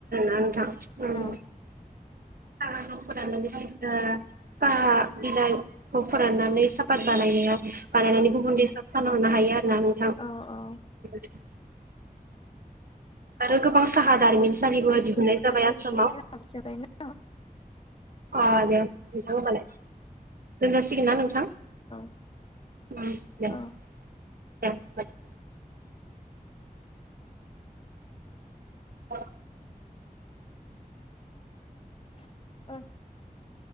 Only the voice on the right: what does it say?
<unintelligible> साहा बिलाइफोरखौ
फोराननानै सापात बानायनाय। बानायनानै
गुबुन देसआव फानहरनो हायो आरो ना नोंथां।
<inaudible> आरो गोबां साहा दारिमिनसालिबो
दिहुननाय जाबाय
आसामाव।
अ दे नोंथां होमबालाय दोनजासिगोन ना नोंथां?
ओम
दे दोनबाय। औ।